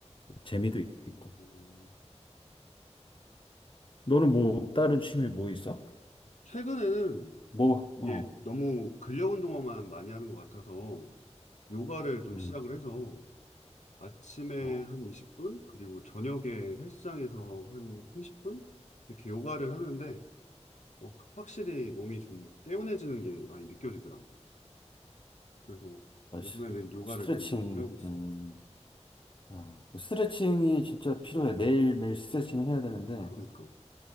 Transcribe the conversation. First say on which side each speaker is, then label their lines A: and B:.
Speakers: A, on the left; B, on the left.
A: 재미도 있고.
B: 음.
A: 너는 뭐 다른 취미 뭐 있어?
B: 최근에는
A: 뭐,
B: 이게
A: 어.
B: 너무 근력 운동만 많이 하는 것 같아서 요가를 좀
A: 음,
B: 시작을 해서 아침에
A: 어,
B: 한 20분 그리고 저녁에 헬스장에서 한 30분 이렇게 요가를 하는데 어, 확실히 몸이 좀 개운해지는 게 많이 느껴지더라고. 그래서
A: 맞아.
B: 요즘에는 요가를
A: 스트레칭,
B: 좀 열심히 하고 있어.
A: 음, 아, 뭐 스트레칭이 진짜 필요해. 매일매일 스트레칭을 해야 되는데,
B: 그러니까